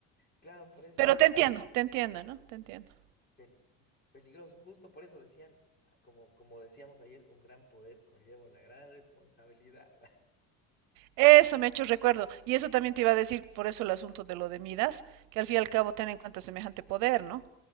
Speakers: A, on the left; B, on the right.
A: claro, por eso.
B: Pero te entiendo, te entiendo, ¿no? Te entiendo.
A: pel- peligroso. Justo por eso decían, ah, como, como decíamos ayer, un gran poder conlleva una gran responsabilidad.
B: Eso me ha hecho recuerdo. Y eso también te iba a decir, por eso el asunto de lo de Midas, que al fin y al cabo ten en cuenta semejante poder, ¿no?